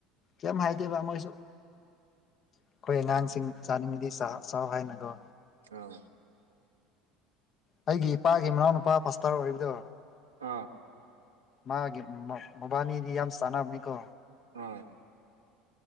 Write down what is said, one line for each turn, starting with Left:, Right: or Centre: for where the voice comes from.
Left: ꯀꯦꯝ ꯍꯥꯏꯥꯏꯗꯦꯕꯥ ꯃꯣꯏꯁꯨ ꯑꯩꯈꯣꯏ ꯑꯉꯥꯡꯁꯤꯡ ꯆꯥꯅꯤꯡꯕꯗꯤ ꯆꯥꯎꯍꯥꯎ ꯍꯥꯏꯅꯒꯣ
Right: ꯑꯥ
Left: ꯑꯩꯒꯤ ꯏꯄꯥꯒꯤ ꯃꯅꯥꯎ ꯅꯨꯨꯄꯥ ꯄꯥꯁꯇꯥꯔ ꯑꯣꯏꯔꯤꯕꯗꯣ
Right: ꯑꯥ
Left: ꯃꯥꯒꯤ ꯃꯕꯥꯅꯤꯗꯤ ꯌꯥꯝ ꯆꯥꯟꯅꯕꯅꯤꯀꯣ
Right: ꯑꯥ